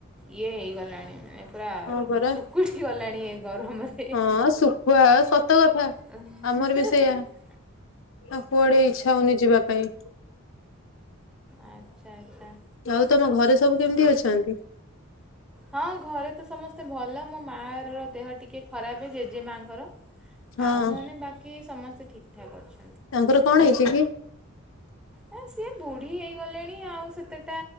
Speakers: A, in the centre; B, on the left.
A: ଇଏ ହେଇଗଲାଣି ମାନେ ପୁରା
B: ହଁ ପରା
A: ସୁଖୁଠି ଗଲାଣି ଏ ଗରମରେ।
B: ହଁ ଶୁଖୁଆ ଆଉ ସତ କଥା।
A: <unintelligible>
B: ଆମର ବି ସେଇଆ। ଆଉ କୁଆଡେ ଇଚ୍ଛା ହଉନି ଯିବା ପାଇଁ।
A: ଆଚ୍ଛା ଆଚ୍ଛା।
B: ଆଉ ତମ ଘରେ ସବୁ କେମିତି ଅଛନ୍ତି।
A: ହଁ ଘରେ ତ ସମସ୍ତେ ଭଲ ମୋ ମା ର ଦେହ ଟିକେ ଖରାପ୍ ଜେଜେମାଙ୍କର
B: ହଁ
A: ଆଉ ନହେଲେ ବାକି ସମସ୍ତେ ଠିକ୍ ଠାକ୍ ଅଛୁ।
B: ତାଙ୍କର କଣ ହେଇଛି କି?
A: ହେ ସେଏ ବୁଢୀ ହେଇଗଲେଣି ଆଉ ସେତେଟା